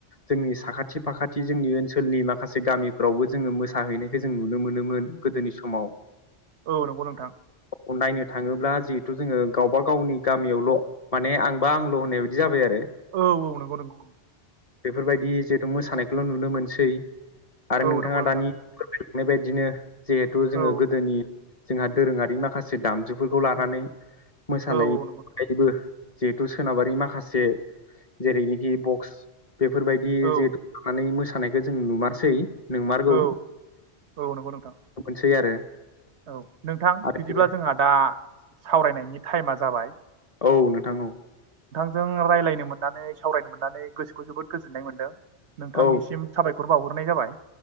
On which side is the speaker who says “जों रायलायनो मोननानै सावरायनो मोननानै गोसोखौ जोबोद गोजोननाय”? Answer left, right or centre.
Right